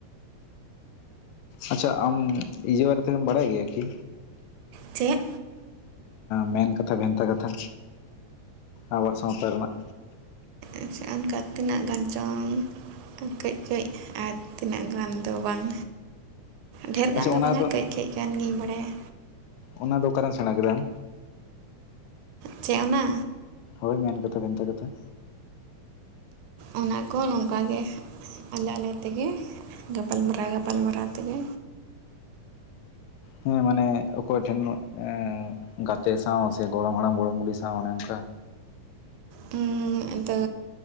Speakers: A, on the left; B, on the right.
A: ᱟᱪᱪᱷᱟ ᱟᱢ ᱤᱭᱟ. ᱵᱟᱨᱮᱛᱮᱢ ᱵᱟᱲᱟᱭ ᱜᱮᱭᱟ ᱠᱤ
B: ᱪᱮᱫ
A: ᱢᱮᱱ ᱠᱟᱛᱷᱟ ᱵᱷᱮᱱᱛᱟ ᱠᱟᱛᱷᱟ ᱟᱵᱚᱣᱟᱜ ᱥᱟᱶᱛᱟ ᱨᱮᱱᱟᱜ
B: ᱟᱪᱪᱷᱟ ᱚᱱᱠᱟ ᱛᱤᱱᱟᱹᱜ ᱜᱟᱱ ᱪᱚᱝ ᱠᱟᱹᱡ ᱠᱟᱹᱡ ᱟᱨ ᱛᱤᱱᱟᱹᱜ ᱜᱟᱱ ᱫᱚ ᱵᱟᱝ ᱰᱷᱮᱨ ᱜᱟᱱ
A: ᱟᱪᱪᱷᱟ
B: ᱫᱚ
A: ᱚᱱᱟ
B: ᱵᱟᱝᱟ ᱠᱟᱹᱡ ᱠᱟᱹᱡ ᱜᱟᱱ ᱜᱤᱧ ᱵᱟᱲᱟᱭᱟ
A: ᱚᱱᱟ ᱫᱚ ᱚᱠᱟᱨᱮᱢ ᱥᱮᱸᱬᱟ ᱠᱮᱫᱟᱢ
B: ᱪᱮᱫ ᱚᱱᱟ
A: ᱦᱳᱭ ᱢᱮᱱ ᱠᱟᱛᱷᱟ ᱵᱷᱮᱱᱛᱟ ᱠᱟᱛᱷᱟ
B: ᱚᱱᱟ ᱠᱚ ᱱᱚᱝᱠᱟᱜᱮ ᱟᱞᱮ ᱟᱞᱮ ᱛᱮᱜᱮ ᱜᱟᱯᱟᱞᱢᱟᱨᱟᱣ ᱜᱟᱯᱟᱞᱢᱟᱨᱟᱣ ᱛᱮᱜᱮ
A: ᱦᱮᱸ ᱢᱟᱱᱮ ᱚᱠᱚᱭ ᱴᱷᱮᱱ ᱮ ᱜᱟᱛᱮ ᱥᱟᱶ ᱥᱮ ᱜᱚᱲᱚᱢ ᱦᱟᱲᱟᱢ ᱜᱚᱲᱚᱢ ᱵᱩᱰᱦᱤ ᱥᱟᱶ ᱚᱱᱮ ᱚᱱᱠᱟ
B: ᱦᱩᱸ ᱟᱫᱚ